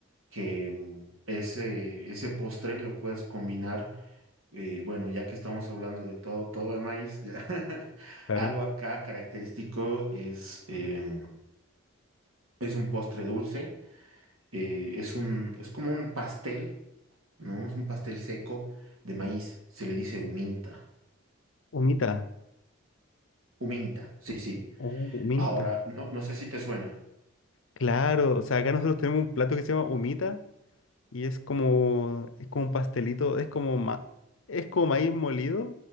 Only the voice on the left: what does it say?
Claro.
Humita.
Oh, minta.
Claro, o sea, acá nosotros tenemos un plato que se llama humita y es como, es como un pastelito, es como, ma- es como maíz molido,